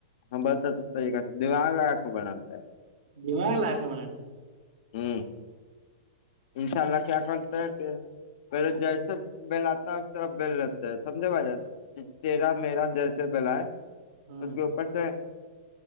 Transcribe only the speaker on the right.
دماغ لا کے بنااتتے
ہیں
ہ